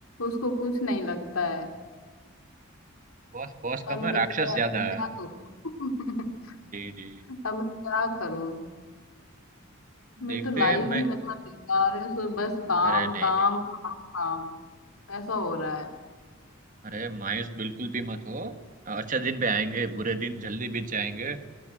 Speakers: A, on the left; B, on the right.
A: उसको कुछ नहीं लगता है
B: बॉस बॉस कम
A: अब
B: है राक्षस
A: बताओ यार,
B: ज्यादा
A: मैं क्या
B: है
A: करूं <laughs>
B: जी जी
A: अब मैं क्या करूं मेरी
B: देखते
A: तो लाइफ
B: हैं मैं
A: ही मतलब बेकार है सो बस काम
B: अरे नहीं
A: काम
B: नहीं
A: काम काम ऐसा हो रहा है
B: अरे मायूस बिल्कुल भी मत हो अच्छा दिन पे आएंगे बुरे दिन जल्दी बीत जाएंगे